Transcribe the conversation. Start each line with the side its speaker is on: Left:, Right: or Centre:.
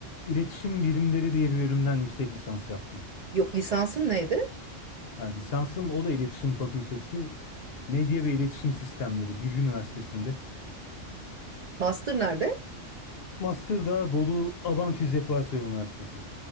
Left: İletişim Bilimleri diye bir bölümden yüksek lisans yaptım.
Right: Yok lisansın neydi?
Left: Yani lisansım o da iletişim Fakültesi. Medya ve İletişim Sistemleri Bilgi Üniversitesi'nde.
Right: Master nerede?
Left: Master da Bolu Abant İzzet Baysal Üniversitesi.